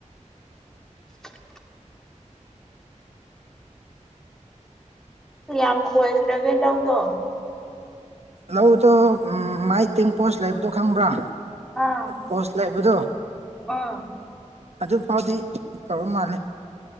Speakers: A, in the centre; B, on the right.
A: <inaudible> ꯀꯌꯥꯝ ꯈꯣꯏꯈ꯭ꯔꯒꯦ ꯂꯧꯗꯣ
B: ꯂꯧꯗꯣ ꯎꯝ ꯃꯥꯏ ꯇꯦꯡꯄꯣꯁ ꯂꯩꯕꯗꯣ ꯈꯪꯕ꯭ꯔꯥ
A: ꯑꯥ
B: ꯄꯣꯁ ꯂꯩꯕꯗꯨ
A: ꯑꯥ
B: ꯑꯗꯨ ꯐꯥꯎꯗꯤ ꯇꯧꯔ ꯃꯥꯜꯂꯦ